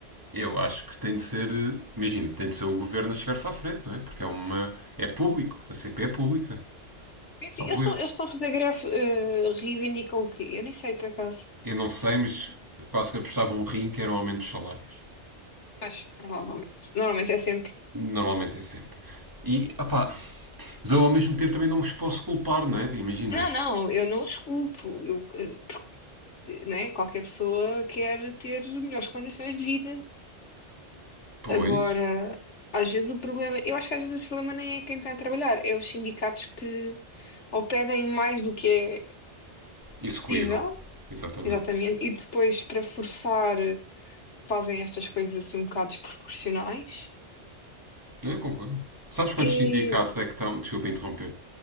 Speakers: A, on the right (about 15°); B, on the left (about 80°).
A: Eu acho que tem de ser, eh, imagina, tem de ser o governo a chegar-se à frente, não é? Porque é uma, é público, a CP é pública.
B: Eu
A: Salvo
B: sei, Eles estão,
A: erro.
B: eles estão a fazer greve, eh, reivindicam o quê? Eu nem sei, por acaso.
A: Eu não sei, mas quase que apostava um rim que era um aumento dos salários.
B: Mas, provavelmente. Normalmente é sempre.
A: Normalmente é sempre. E, opá, mas eu ao mesmo tempo também não os posso culpar, não é? Imagina.
B: Não, não, eu não os culpo. Eu, eh, porque, né, qualquer pessoa quer ter melhores condições de vida.
A: Pois,
B: Agora, às vezes o problema, eu acho que às vezes o problema nem é quem está a trabalhar, é os sindicatos que ou pedem mais do que é
A: execuíram.
B: possível,
A: Exatamente.
B: exatamente, e depois para forçar. fazem estas coisas assim um bocado desproporcionais.
A: Não, eu concordo. Sabes quantos
B: E
A: sindicatos é que estão. Desculpa interromper.